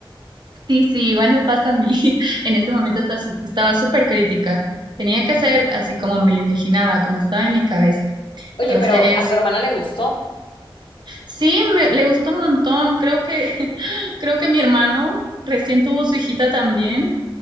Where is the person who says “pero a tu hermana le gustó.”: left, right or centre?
Left